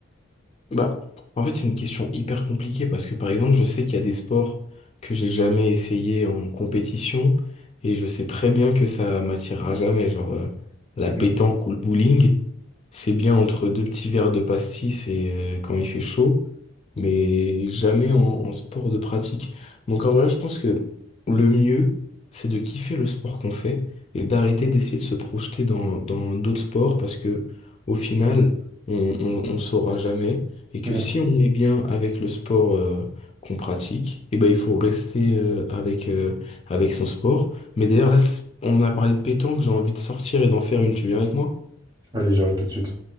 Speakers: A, on the left (about 30°); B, on the right (about 20°).
A: Bah, en fait, c'est une question hyper compliquée parce que par exemple, je sais qu'il y a des sports que j'ai jamais essayé en compétition et je sais très bien que ça m'attirera jamais. Genre, euh, la
B: Mm.
A: pétanque ou le bowling, c'est bien entre deux petits verres de pastis et euh, quand il fait chaud, mais jamais en, en sport de pratique. Donc en vrai, je pense que le mieux, c'est de kiffer le sport qu'on fait et d'arrêter d'essayer de se projeter dans, dans d'autres sports parce que au final, on, on, on saura jamais et que
B: Mm.
A: si on est bien avec le sport euh, qu'on pratique, et ben il faut rester euh, avec euh, avec son sport. Mais d'ailleurs là, c'est- on a parlé de pétanque, j'ai envie de sortir et d'en faire une. Tu viens avec moi?
B: Allez, j'arrive tout de suite.